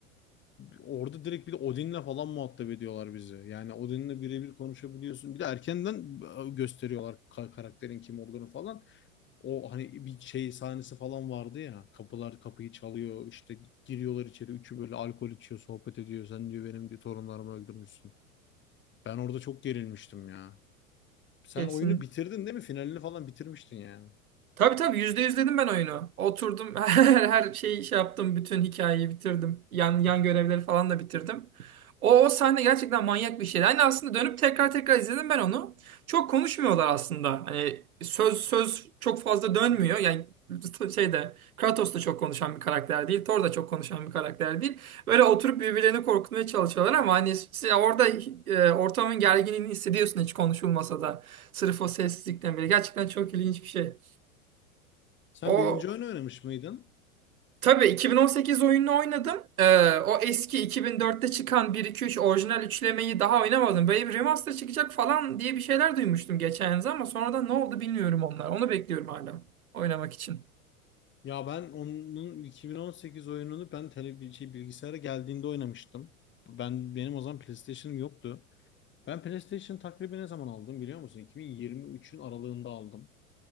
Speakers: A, on the left; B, on the right.
A: Orada direkt bir de Odin'le falan muhatap ediyorlar bizi. Yani Odin'le birebir konuşabiliyorsun. Bir de erkenden e, gösteriyorlar ka- karakterin kim olduğunu falan. O hani bir şey sahnesi falan vardı ya. Kapılar kapıyı çalıyor. İşte giriyorlar içeri. Üçü böyle alkol içiyor, sohbet ediyor. Sen diyor benim bir torunlarımı öldürmüşsün. Ben orada çok gerilmiştim ya. Sen
B: Kesin.
A: oyunu bitirdin değil mi? Finalini falan bitirmiştin yani.
B: Tabii tabii yüzde yüz dedim ben oyunu. Oturdum <laughs> her, her şeyi şey yaptım. Bütün hikayeyi bitirdim. Yan, yan görevleri falan da bitirdim. O, o sahne gerçekten manyak bir şeydi. Hani aslında dönüp tekrar tekrar izledim ben onu. Çok konuşmuyorlar aslında. Hani söz söz çok fazla dönmüyor. Yani şeyde Kratos da çok konuşan bir karakter değil. Thor da çok konuşan bir karakter değil. Böyle oturup birbirlerini korkutmaya çalışıyorlar ama hani s- orada e, ortamın gerginliğini hissediyorsun hiç konuşulmasa da. Sırf o sessizlikten bile. Gerçekten çok ilginç bir şey.
A: Sen
B: O
A: birinci oyunu oynamış mıydın?
B: tabii 2018 oyununu oynadım. Ee, o eski 2004'te çıkan bir iki üç orijinal üçlemeyi daha oynamadım. Böyle bir remaster çıkacak falan diye bir şeyler duymuştum geçen yıl ama sonradan ne oldu bilmiyorum onlar. Onu bekliyorum hala oynamak için.
A: Ya ben onun 2018 oyununu ben tele, şey, bilgisayara geldiğinde oynamıştım. Ben benim o zaman PlayStation'ım yoktu. Ben PlayStation takribi ne zaman aldım biliyor musun? 2023'ün aralığında aldım.